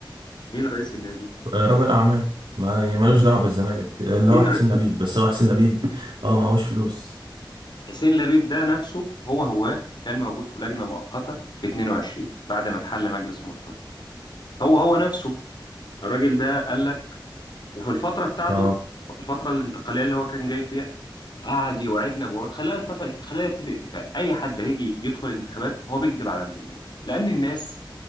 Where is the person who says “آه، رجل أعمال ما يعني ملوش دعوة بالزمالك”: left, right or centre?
Right